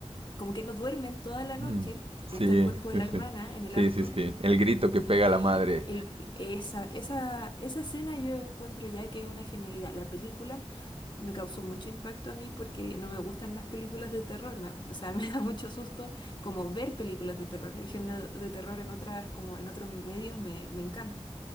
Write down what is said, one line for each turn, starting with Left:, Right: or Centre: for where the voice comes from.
Left: como que no duermen toda la noche,
Right: Mm.
Left: y está
Right: Sí,
Left: el cuerpo de
Right: sí,
Left: la hermana
Right: sí.
Left: en el
Right: Sí,
Left: auto,
Right: sí, sí. El grito que pega
Left: y
Right: la madre.
Left: el, esa, esa, esa escena yo encuentro ya que es una genialidad. La película me causó mucho impacto a mí porque no me gustan las películas de terror, me- o sea, <laughs> me da mucho susto como ver películas de terror. El género de terror en otras, como en otros medios me, me encanta,